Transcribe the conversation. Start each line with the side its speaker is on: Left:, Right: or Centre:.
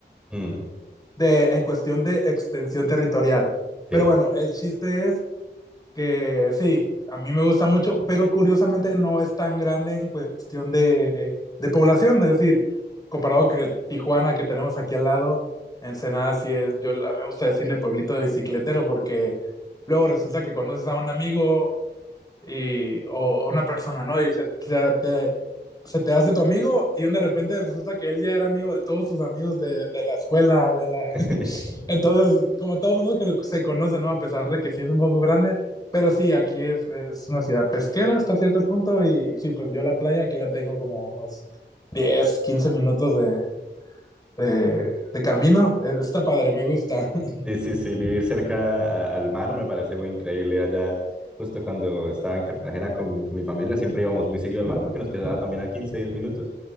Centre: Mm,
Left: de, en cuestión de extensión territorial.
Centre: sí.
Left: Pero bueno, el chiste es que sí, a mí me gusta mucho, pero curiosamente no es tan grande en cuestión de, de población, es decir, comparado que Tijuana que tenemos aquí al lado, Ensenada sí es, yo a mí me gusta decirle pueblito de bicicletero porque luego resulta que conoces a un amigo y, o, o una persona, ¿no? Y se, se te, se te hace tu amigo y de repente resulta que él ya era amigo de todos sus amigos de, de la escuela, de la...
Centre: <laughs>
Left: <laughs> Entonces, como todo mundo que se conoce, ¿no? A pesar de que sí es un poco grande, pero sí, aquí es, es una ciudad pesquera hasta cierto punto y sí, pues yo la playa aquí la tengo como unos diez quince minutos de, de, de camino. Eh, Está padre, me gusta. <laughs>
Centre: Sí, sí, sí, vivir cerca a- al mar me parece muy increíble. Allá, justo cuando estaba en Cartagena con, con mi familia, siempre íbamos muy seguido al mar porque nos quedaba también a 15 10 minutos.